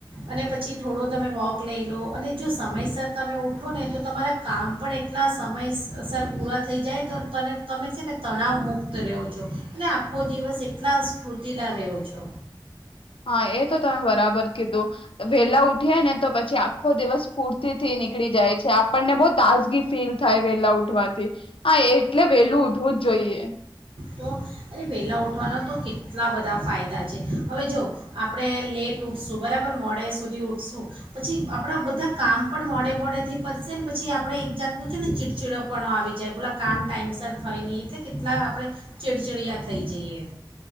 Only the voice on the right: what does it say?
અને પછી થોડો તમે વોક લઈ લો અને જો સમયસર તમે ઉઠો ને તો તમારા કામ પણ એટલા સમયસર પૂરા થઈ જાય તો તને તમે છે ને તણાવ મુક્ત રહ્યો છો અને આખો દિવસ એટલા સ્ફૂર્તિલા રહ્યો છો.
તો અરે વહેલાં ઉઠવાના તો કેટલા બધા ફાયદા છે હવે જો આપણે લેટ ઊઠશું બરાબર, મોડે સુધી ઊઠશું પછી આપણા બધા કામ પણ મોડે મોડેથી પતશે ને પછી આપણે એક જાતનું છે ને ચિડચિડો પણો આવી જાય બોલા કામ ટાઈમસર થાય નહીં એટલે કેટલા આપણે ચિડચિડિયા થઈ જઈએ